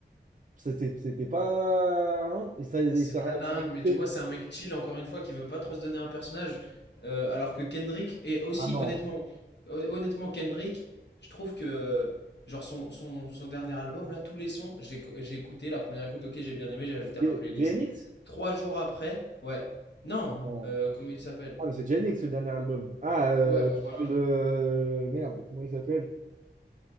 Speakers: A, on the right; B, on the left.
A: C'était, c'était pas. hein il s'est
B: C'est
A: il s'est ra-
B: pas dingue,
A: il s'est raconté.
B: mais tu vois, c'est un mec chill, encore une fois, qui veut pas trop se donner un personnage. euh, alors que Kendrick, et aussi,
A: Ah non.
B: honnêtement, hon- honnêtement, Kendrick, je trouve que, genre, son, son, son dernier album, là, tous les sons, j'ai j'ai écouté, la première écoute, ok, j'ai bien aimé, j'ai ajouté
A: J-
B: à ma playlist.
A: JNX?
B: Trois jours après, ouais. Non,
A: Ah non.
B: euh, comment il s'appelle?
A: Ah, mais c'est J-N-X le dernier album. Ah, euh,
B: Ouais, bah
A: tu
B: voilà.
A: parles de. euh, Merde, comment il s'appelle?